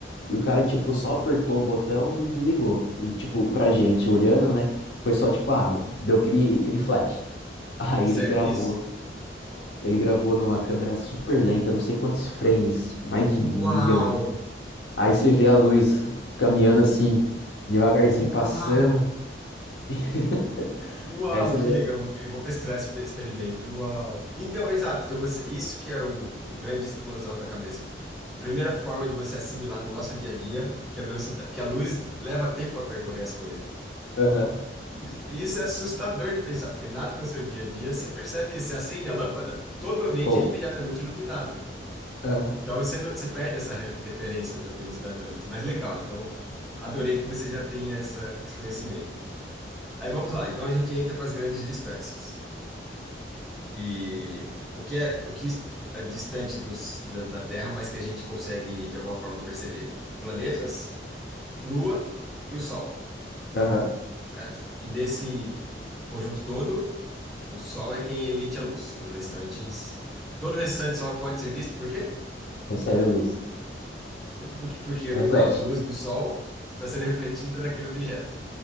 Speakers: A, on the left; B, in the centre.
A: E o cara, tipo, só apertou o botão e desligou. E, tipo, pra gente olhando, né? Foi só, tipo, ah, deu aquele, aquele flash. <laughs> Aí
B: Certo,
A: ele gravou.
B: isso.
A: Ele gravou numa câmera super lenta, não sei quantos frames, mais de
B: Uau!
A: milhão. Aí você vê a luz caminhando assim, devagarzinho
B: Uau!
A: passando. <laughs>
B: Uau,
A: Aí você
B: que
A: vê,
B: legal. Eu vou eu vou pesquisar esse pe- experimento. Uau. Então, exato. Então você, isso que é o, o grande explosão da cabeça. Primeira forma de você assimilar no nosso dia a dia que a velocidade, que a luz leva tempo para percorrer as coisas.
A: aham,
B: Isso, isso é assustador de pensar, porque nada no seu dia a dia você percebe isso. Você acende a lâmpada, todo o ambiente
A: pô,
B: é imediatamente iluminado.
A: aham,
B: Então você, não- você perde essa re- referência da velocidade da luz. Mas legal. Então, adorei que você já tenha essa, esse conhecimento. Aí vamos lá. Então a gente entra para as grandes distâncias. E o que é, o que é distante dos, da, da Terra, mas que a gente consegue de alguma forma perceber? Planetas, Lua e o Sol,
A: aham.
B: correto? E nesse conjunto todo, o Sol é quem emite a luz. Todo o restante, todo o restante só pode ser visto por quê?
A: Recebe a luz.
B: Por- Porque, porque
A: Reflete.
B: a luz do Sol está sendo refletida naquele objeto.